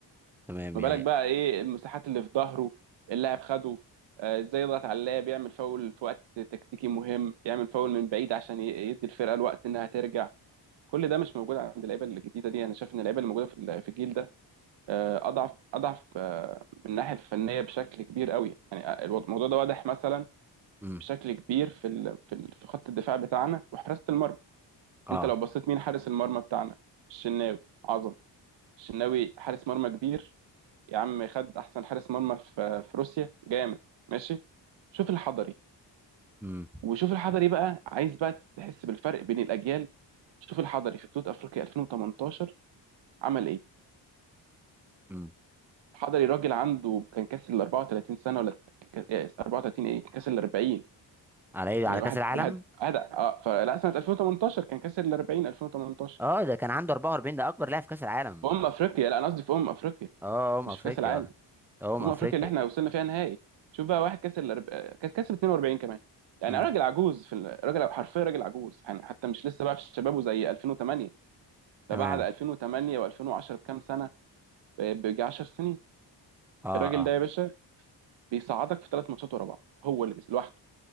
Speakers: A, in the centre; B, on the right.
A: تمام
B: ما
A: يعني
B: بالك بقى ايه المساحات اللي في ظهره اللاعب خده آه، ازاي يضغط على اللاعب يعمل فاول في وقت تكتيكي مهم يعمل فاول من بعيد عشان ي- يدي الفرقه الوقت انها ترجع كل ده مش موجود عند اللعيبه الجديده دي انا شايف ان اللعيبه اللي موجوده في ال- في الجيل ده آه، اضعف اضعف آه، من الناحيه الفنيه بشكل كبير قوي يعني آه، الو- الموضوع ده واضح مثلا
A: امم
B: بشكل كبير في ال- في ال- في خط الدفاع بتاعنا وحراسه المرمى
A: اه
B: انت لو بصيت مين حارس المرمى بتاعنا الشناوي عظم الشناوي حارس مرمى كبير يا عم خد احسن حارس مرمى في في روسيا جامد ماشي شوف الحضري
A: امم
B: وشوف الحضري بقى عايز بقى تحس بالفرق بين الاجيال شوف الحضري في بطوله افريقيا 2018 عمل ايه
A: امم
B: حضري راجل عنده كان كاسر ال 34 سنه ولا ك- إيه، 34 ايه كان كاسر ال 40
A: على ايه
B: يعني
A: على كاس
B: واحد
A: العالم
B: واحد هذا اه فلا سنه 2018 كان كاسر ال 40 2018
A: اه ده كان عنده 44 ده اكبر لاعب في كاس العالم
B: في امم افريقيا لا انا قصدي في امم افريقيا
A: اه ام
B: مش
A: افريقيا
B: في كاس العالم
A: اه ام
B: في امم
A: افريقيا
B: افريقيا اللي احنا وصلنا فيها نهائي شوف بقى واحد كاسر الأرب... كان كاسر 42 كمان يعني
A: امم
B: راجل عجوز في ال- راجل حرفيا راجل عجوز يعني حتى مش لسه بقى في شبابه زي 2008
A: تمام
B: ده بعد 2008 و2010 بكام سنه ب- بيجي 10 سنين
A: اه
B: الراجل
A: اه
B: ده يا باشا بيصعدك في ثلاث ماتشات ورا بعض هو اللي بيس... لوحده